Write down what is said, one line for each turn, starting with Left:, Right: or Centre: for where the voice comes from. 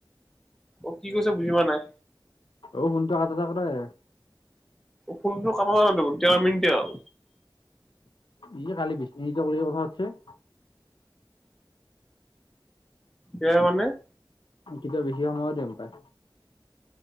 Centre: অ কি কৈছে বুজি পোৱা নাই।
Left: অ' ফোনটো কাটা যোৱা নাই
Centre: ফোনটো কাটা যোৱা নাই কিয় দেখোন।
Left: ই যে কালি বিছ নিজ কথা হছে <inaudible>
Centre: কে মানে <inaudible>
Left: কেতিয়া বেছি সময় দিম পায়।